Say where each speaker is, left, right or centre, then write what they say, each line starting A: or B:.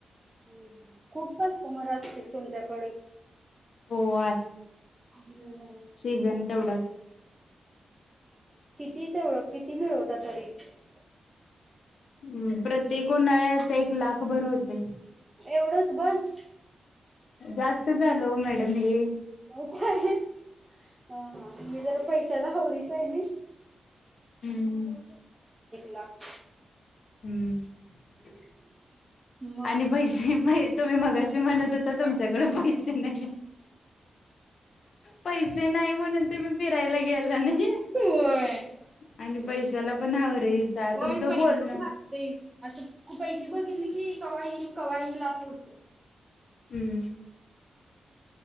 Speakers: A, on the right; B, on the left.
A: हो खूपच <unintelligible> असतील. तुमच्याकडे- होंआहेत
B: हो
A: <inaudible>
B: <unintelligible> तेवढा.
A: किती ते? <unintelligible> किती मि ळवतात? तरी-
B: हुं, प्रत्येक उन्हाळ्यात एक लाख भर होतयं.
A: एवढच बस?
B: जास्त झाल, ओ मॅडम हें.
A: काहो काय ये, हां हां -मी जरा पैशाला हावरीच आहे नाई?
B: हुं हुं,
A: लाख
B: हूं
A: मग
B: आणि पैशे पै? तुम्ही मगाशी म्हणत होता तुमच्याकडे पैसे नाही. पैसे नाही म्हणून तुम्ही फिरायला गेला- <unintelligible>
A: होय
B: आणि पैशाला पण हावरहायसा
A: होय
B: तुमचं
A: पैसे
B: बोलण-
A: लागते असं खूप पैसे बघितले की, कवा इल कवा इल असं हुतय.
B: हुं.